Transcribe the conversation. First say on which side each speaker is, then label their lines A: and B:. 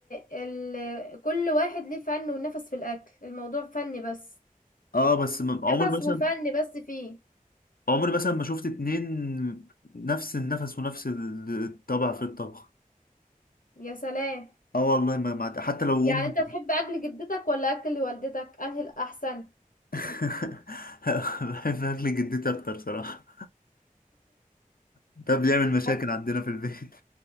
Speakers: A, on the left; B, on the left.
A: ال كل واحد ليه فن ونفس في الأكل الموضوع فن بس
B: اه بس م- عمري
A: نفس
B: مثلا
A: وفن بس فيه
B: عمري مثلا ما شفت اتنين نفس النفس ونفس ال- الطبع في الطبخ
A: يا سلام
B: اه والله ما ما- حتى لو
A: يعني
B: أم
A: انت تحب أكل جدتك ولا أكل والدتك أنهي الأحسن
B: <laughs> بحب أكل جدتي أكتر صراحة ده بيعمل مشاكل
A: أكل.
B: عندنا في البيت